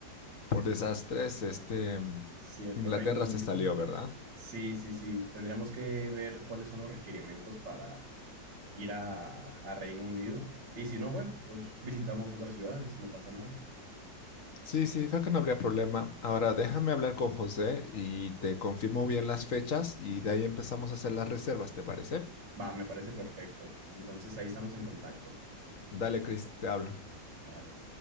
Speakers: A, on the left; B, on the right.
A: por desastres, este, mm,
B: ¿cierto?
A: Inglaterra
B: Reino Unido.
A: se salió, ¿verdad?
B: Sí, sí, sí. Tendríamos que ver cuáles son los requerimientos para ir a, a Reino Unido. Y si no, bueno, pues visitamos otras ciudades, no pasa nada.
A: Sí, sí, creo que no habría problema. Ahora déjame hablar con José y te confirmo bien las fechas y de ahí empezamos a hacer las reservas, ¿te parece?
B: Va, me parece perfecto. Entonces ahí estamos en contacto.
A: Dale, Chris, te hablo.
B: Bye.